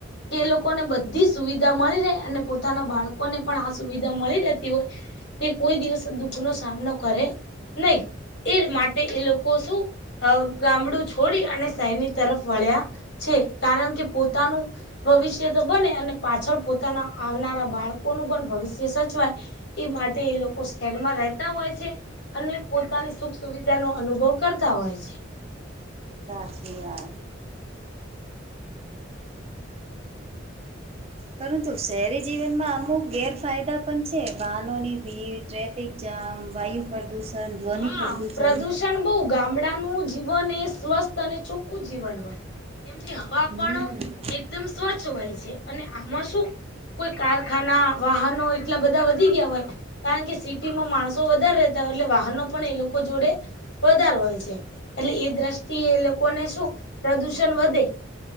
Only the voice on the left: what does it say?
એ લોકો ને બધી સુવિધા મળી રહે, અને પોતાના બાળકો ને પણ આ સુવિધા મળી રહેતી હોય. તે કોઈ દિવસ દુઃખ નો સામનો કરે નહી. એ માટે એ લોકો શું ગામડું છોડી, અને શહેરની તરફ વળ્યા. છે. કારણ કે, પોતાનું ભવિષ્ય તો બને અને પાછળ પોતાના આવનારા બાળકોનું પણ ભવિષ્ય સચવાય. એ માટે એ લોકો શહેરમાં રહેતા હોય છે. અને પોતાની સુખ સુવિધા નો અનુભવ કરતા હોય છે.
હા,
પ્રદુષણ બહુ, ગામડાનું સ્વસ્થ અને ચોખ્ખું જીવન હોય, એની હવા
પણ એકદમ હોય છે, અને આમાં કોઈ કારખાના, વાહનો એટલા બધા વધી ગયા હોય. કારણ કે, સિટી માં માણસો વધારે રહેતા હોય, એટલે વાહનો પણ એ લોકો જોડે. વધાર હોય છે, એટલે એ દ્રષ્ટિએ એ લોકોને શું પ્રદુષણ વધે.